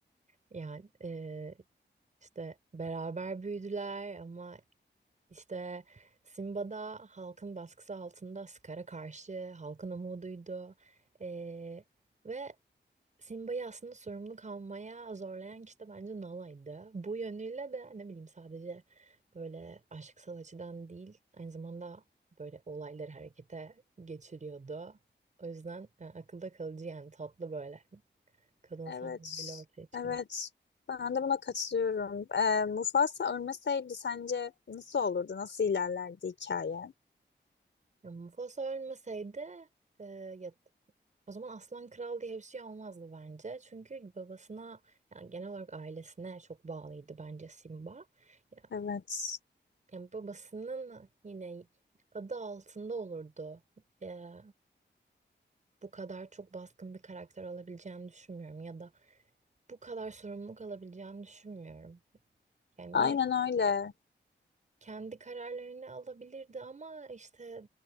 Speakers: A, on the right; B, on the left.
A: Yani e, işte beraber büyüdüler ama İşte Simba'da halkın baskısı altında Scar'a karşı halkın umuduydu. Ee, ve Simba'yı aslında sorumluluk almaya zorlayan kişi de bence Nala'ydı. Bu yönüyle de ne bileyim sadece böyle aşksal açıdan değil aynı zamanda böyle olayları harekete geçiriyordu. O yüzden e, akılda kalıcı yani tatlı böyle kadınsal
B: Evet
A: bir ortaya çıkmış.
B: evet ben de buna katılıyorum. E, Mufasa ölmeseydi sence nasıl olurdu nasıl ilerlerdi hikaye?
A: Ya Mufasa ölmeseydi e, ya, o zaman Aslan Kral diye bir şey olmazdı bence. Çünkü babasına yani genel olarak ailesine çok bağlıydı bence Simba. Ya,
B: Evet.
A: yani babasının yine adı altında olurdu. E, bu kadar çok baskın bir karakter olabileceğini düşünmüyorum ya da bu kadar sorumluluk alabileceğini düşünmüyorum. Yani
B: Aynen
A: yine
B: öyle.
A: kendi kararlarını alabilirdi ama işte